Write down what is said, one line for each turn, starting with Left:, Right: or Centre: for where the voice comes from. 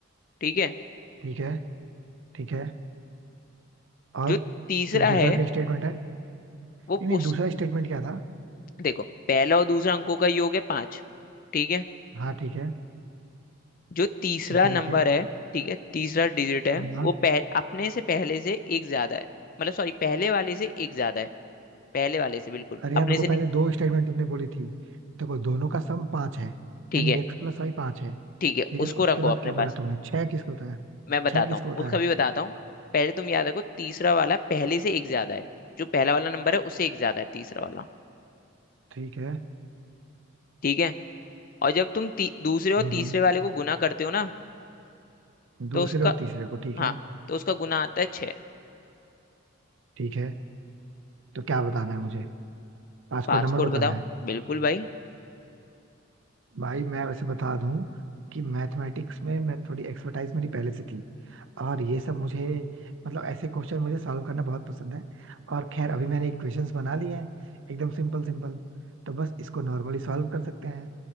Left: ठीक है
Right: ठीक है ठीक है और
Left: जो तीसरा
Right: फिर दूसरा
Left: है
Right: क्या स्टेटमेंट है नहीं
Left: वो
Right: नहीं
Left: उस
Right: दूसरा स्टेटमेंट क्या था
Left: देखो पहला और दूसरा अंकों का योग है पांच ठीक है
Right: हाँ ठीक है
Left: जो तीसरा
Right: ठीक है
Left: नंबर
Right: ओके
Left: है ठीक है तीसरा डिजिट है
Right: हाँ
Left: वो
Right: हाँ।
Left: पह, अपने से पहले से एक ज्यादा है मतलब सॉरी पहले वाले से एक ज्यादा है पहले वाले से बिल्कुल
Right: अरे
Left: अपने
Right: यार रुको
Left: से
Right: पहले
Left: नहीं
Right: दो स्टेटमेंट तुमने बोली थी देखो दोनों का सम पांच है
Left: ठीक
Right: यानी
Left: है
Right: एक्स प्लस वाई पांच है
Left: ठीक है
Right: फिर
Left: उसको
Right: उसके
Left: रखो
Right: बाद
Left: अपने
Right: क्या बोला
Left: पास
Right: तुमने छह किसको बताया
Left: मैं बताता
Right: छह किसको
Left: हूँ
Right: बताया
Left: उसका भी बताता हूँ पहले तुम याद रखो तीसरा वाला पहले से एक ज्यादा है जो पहला वाला नंबर है उससे एक ज्यादा है तीसरा वाला
Right: ठीक है
Left: ठीक है और जब तुम ती, दूसरे और
Right: हम्म
Left: तीसरे
Right: हम्म।
Left: वाले को गुना करते हो ना तो
Right: दूसरे
Left: उसका
Right: और तीसरे को ठीक
Left: हाँ
Right: है
Left: तो उसका गुना आता है छः
Right: ठीक है तो क्या बताना है मुझे पांच
Left: पासकोड
Right: को नंबर बताना
Left: बताओ
Right: है
Left: बिल्कुल भाई
Right: भाई मैं वैसे बता दूं कि मैथमेटिक्स में मैं थोड़ी एक्सपर्टाइज मेरी पहले से थी और ये सब मुझे मतलब ऐसे क्वेश्चन मुझे सॉल्व करना बहुत पसंद है और खैर अभी मैंने इक्वेशंस बना लिए हैं एकदम सिंपल सिंपल तो बस इसको नॉर्मली सॉल्व कर सकते हैं